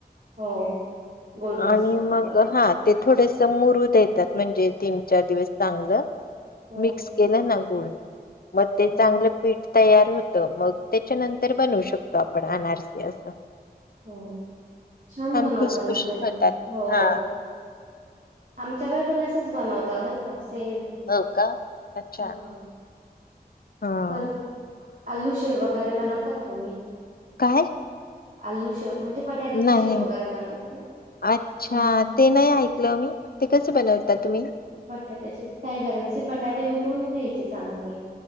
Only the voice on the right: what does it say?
हो. गूळ मिक्स
करता
बरोबर.
हो,
हो
मग
हो छान बनवत
ना ते ब
हो
आमच्याकडे पण असेच बनवता बरं का सेम
ह
तर आलू शेव वगैरे बनवता का तुम्ही
आलू शेव म्हणजे बटाट्याची
शेव वगैरे बनवता का
आम
बटाट्याचे काय करायचे बटाटे उकडून घ्यायचे चांगले